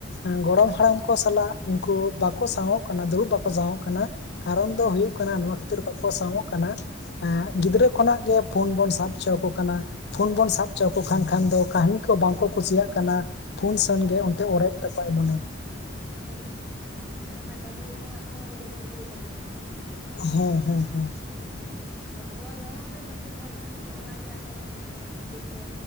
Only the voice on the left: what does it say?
ᱮᱸ ᱜᱚᱲᱚᱢ ᱦᱟᱲᱟᱢ ᱠᱚ ᱥᱟᱞᱟᱜ ᱩᱸᱠᱩ ᱵᱟᱠᱚ ᱥᱟᱶᱼᱚᱜ ᱠᱟᱱᱟ ᱫᱩᱲᱩᱵ ᱵᱟᱠᱚ ᱥᱟᱶᱼᱚᱜ ᱠᱟᱱᱟ, ᱠᱟᱨᱚᱱ ᱫᱚ ᱦᱩᱭᱩᱜ
ᱠᱟᱱᱟ ᱱᱚᱣᱟ ᱠᱷᱟᱹᱛᱤᱨ ᱵᱟᱠᱚ ᱥᱟᱶᱼᱚᱜ ᱠᱟᱱᱟ, ᱮᱸᱜ ᱜᱤᱫᱽᱨᱟᱹ ᱠᱷᱚᱱᱟᱜ ᱜᱮ ᱯᱷᱳᱱ ᱵᱚᱱ ᱥᱟᱵ ᱚᱪᱚ ᱟᱠᱚ ᱠᱟᱱᱟ, ᱯᱷᱳᱱ ᱵᱚᱱ ᱥᱟᱵ ᱚᱪᱚ ᱟᱠᱚ ᱠᱷᱟᱱ ᱠᱷᱟᱱ ᱫᱚ ᱠᱟᱦᱱᱤ ᱠᱚ ᱵᱟᱝ ᱠᱚ ᱠᱩᱥᱤᱭᱟᱜ ᱠᱟᱱᱟ, ᱯᱷᱳᱱ ᱥᱮᱱ ᱜᱮ
ᱚᱱᱛᱮ ᱚᱨᱮᱫ ᱛᱟᱠᱚ ᱣᱟᱭ ᱢᱚᱱᱮ᱾
ᱦᱮᱸ, ᱦᱮᱸ ᱦᱮᱸ ᱦᱩᱸ᱾